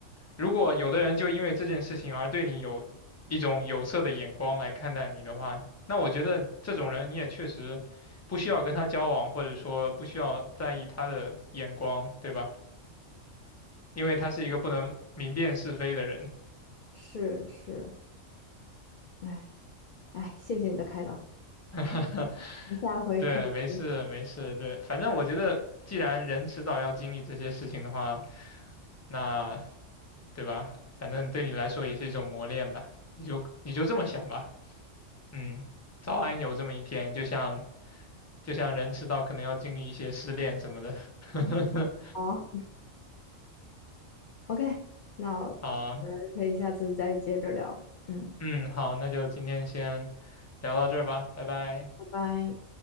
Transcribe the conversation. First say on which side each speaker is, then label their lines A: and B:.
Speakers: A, on the left; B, on the left.
A: 如果有的人就因为这件事情而对你有一种有色的眼光来看待你的话，那我觉得这种人你也确实不需要跟他交往，或者说不需要在意他的眼光，对吧？因为他是一个不能明辨是非的人。
B: 是是，哎哎，谢谢你的开导，
A: <laughs>
B: 我们下回可以
A: 对，没事没事，对，反正我觉得既然人迟早要经历这些事情的话，那对吧？反正对你来说也是一种磨练吧，你就你就这么想吧。嗯，早晚有这么一天，就像就像人迟早可能要经历一些失恋什么的。<laughs>
B: 好，OK，那我们可以下次再接着聊，
A: 啊，
B: 嗯，
A: 嗯，好，那就今天先聊到这儿吧，拜拜。
B: 拜拜。